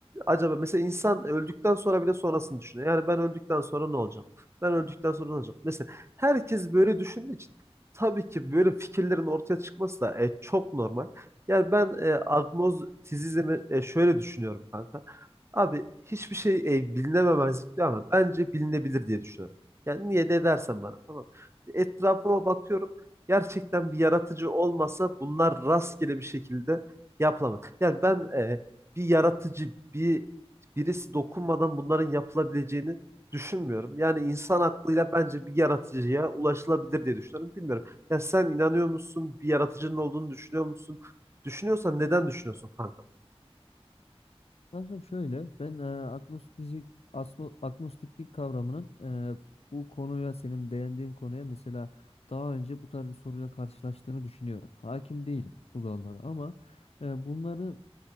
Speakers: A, on the right; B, on the left.
A: acaba mesela insan öldükten sonra bile sonrasını düşünüyor. Yani ben öldükten sonra ne olacak? Ben öldükten sonra ne olacak? Mesela herkes böyle düşündüğü için tabii ki böyle fikirlerin ortaya çıkması da e, çok normal. Yani ben e, agnostizizmi e, şöyle düşünüyorum kanka. Abi hiçbir şey e, bilinememezlik diyor ama bence bilinebilir diye düşünüyorum. Yani niye de dersen bana tamam. Etrafıma bakıyorum. Gerçekten bir yaratıcı olmasa bunlar rastgele bir şekilde yapılamaz. Yani ben e, bir yaratıcı bir birisi dokunmadan bunların yapılabileceğini düşünmüyorum. Yani insan aklıyla bence bir yaratıcıya ulaşılabilir diye düşünüyorum. Bilmiyorum. Ya sen inanıyor musun? Bir yaratıcının olduğunu düşünüyor musun? Düşünüyorsan neden düşünüyorsun kanka?
B: Kankam şöyle ben e, agnostizik asmo- agnostiklik kavramının e, bu konuya senin değindiğin konuya mesela daha önce bu tarz bir soruyla karşılaştığını düşünüyorum. Hakim değilim bu dallara ama e, bunları